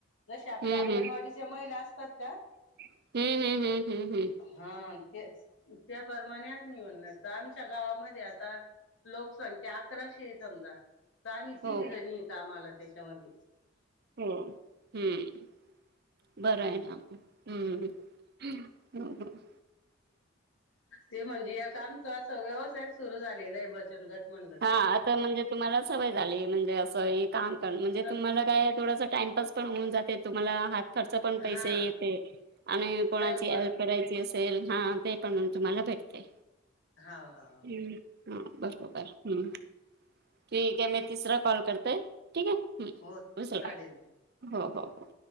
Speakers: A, on the left; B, on the right.
A: जसे आपल्या
B: हम्म
A: अंगणवाडीच्या महिला असतात का
B: हम्म हम्म हम्म हम्म हम्म हम्म
A: हा ते त्याप्रमाणे आम्ही <unintelligible> येनणार तर आमच्या गावामध्ये आता लोकसंख्या अकराशे ए समजा. तर आम्ही तिघीजणी
B: हो
A: कामाला आहे त्याच्यामध्ये.
B: हो हम्म बर आहे ना हम्म. हम्म हम्म.
A: ते म्हणजे एक आमचा असं व्यवसायच सुरू झालायलय बचत गट. म्हणलं
B: हा आ ता म्हणजे तुम्हाला सवय झाली म्हणजे असं हे काम करण म्हणजे
A: तर
B: तुम्हाला काय थोडस टाइमपास पण होऊन जाते तुम्हाला हात खर्चा पण पैसे
A: हा
B: येते आणि कोणाची
A: टाइमपास
B: हेल्प करायची असेल हा ते पण तुम्हाला भेटते.
A: हा हा
B: हम्म हा बरोबर हम्म. ठीक आहे मी तिसरा कॉल करतय ठीक आहे हम्म
A: हो
B: उचला.
A: चालेल
B: हो हो हो.